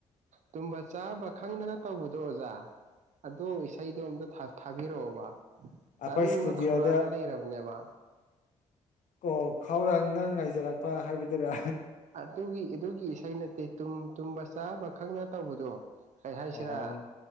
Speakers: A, on the right; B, on the left.
A: ꯇꯨꯝꯕ ꯆꯥꯕ ꯈꯪꯗꯅ ꯇꯧꯕꯗꯣ ꯑꯣꯖꯥ ꯑꯗꯣ ꯏꯁꯩꯗꯣ ꯑꯝꯇ ꯊꯥ ꯊꯥꯕꯤꯔꯛꯑꯣꯕ
B: ꯑꯩꯈꯣꯏ
A: ꯇꯥꯅꯤꯡꯕ
B: ꯏꯁꯇꯨꯗꯤꯑꯣꯗ
A: ꯈꯧꯔꯥꯡꯉ ꯂꯩꯔꯕꯅꯦꯕ
B: ꯑꯣ ꯈꯥꯎꯔꯛ ꯅꯪ ꯉꯥꯏꯖꯔꯛꯄ ꯍꯥꯏꯕꯗꯨꯔꯥ
A: ꯑꯗꯨꯒꯤ ꯑꯗꯨꯒꯤ ꯏꯁꯩ ꯅꯠꯇꯦ ꯇꯨꯝꯕ ꯆꯥꯕ ꯈꯪꯅ ꯇꯧꯕꯗꯣ ꯀꯩ ꯍꯥꯏꯁꯤꯔꯥ
B: ꯑꯣ